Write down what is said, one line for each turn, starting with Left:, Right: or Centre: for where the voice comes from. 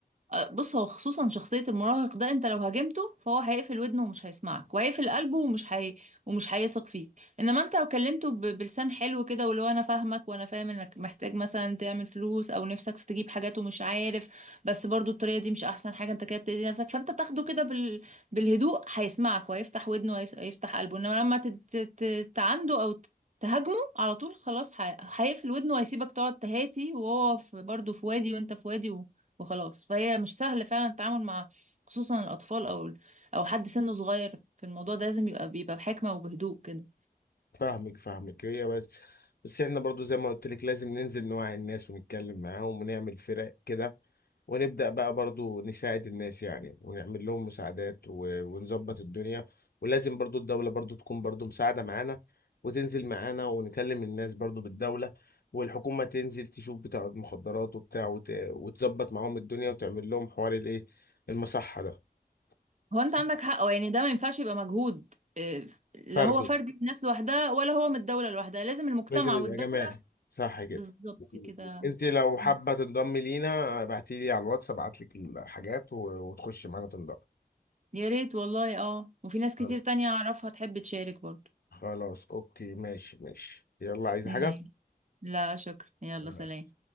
Right: آه، بص هو خصوصا شخصية المراهق ده انت لو هاجمته فهو هيقفل ودنه ومش هيسمعك وهيقفل قلبه ومش هي... ومش هيثق فيك انما انت لو كلمته ب... بلسان حلو كده واللي هو انا فاهمك وانا فاهم انك محتاج مثلا تعمل فلوس او نفسك في تجيب حاجات ومش عارف بس برضو الطريقة دي مش احسن حاجة انت كده بتأذي نفسك فانت تاخده كده بال... بالهدوء هيسمعك وهيفتح ودنه وهيس- وهيفتح قلبه انما لما تت... تت... تعنده او تهاجمه على طول خلاص ح- هيقفل ودنه وهيسيبك تقعد تهاتي وهو في برضه في وادي وانت في وادي وخلاص فهي مش سهل فعلا التعامل مع خصوصا الأطفال أو أو حد سنه صغير في الموضوع ده لازم يبقى بيبقى بحكمة وبهدوء كده
Left: فاهمك فاهمك هي بس بس احنا برضو زي ما قلت لك لازم ننزل نوعي الناس ونتكلم معاهم ونعمل فرق كده ونبدأ بقى برضو نساعد الناس يعني ونعمل لهم مساعدات و- ونظبط الدنيا ولازم برضو الدولة برضو تكون برضو مساعدة معانا وتنزل معانا ونكلم الناس برضو بالدولة والحكومة تنزل تشوف بتاع المخدرات وبتاع وت... وتظبط معاهم الدنيا وتعمل لهم حوار الايه المصحة ده
Right: هو أنت
Left: صح.
Right: عندك حق أو يعني ده ما ينفعش يبقى مجهود آه، لا
Left: فردي
Right: هو فردي الناس لوحدها ولا هو من الدولة لوحدها لازم المجتمع
Left: لازم يبقى
Right: والدولة
Left: جماعي صح كده
Right: بالظبط كده
Left: انت لو
Right: مم.
Left: حابه تنضمي لينا ابعتي لي على الواتس ابعت لك الحاجات و- وتخشي معانا تنضمي
Right: يا ريت والله اه وفي ناس كتير
Left: خلاص.
Right: تانية أعرفها تحب تشارك برضه
Left: خلاص اوكي ماشي ماشي يلا عايزه
Right: مم.
Left: حاجه
Right: لا شكرا يلا
Left: سلام
Right: سلام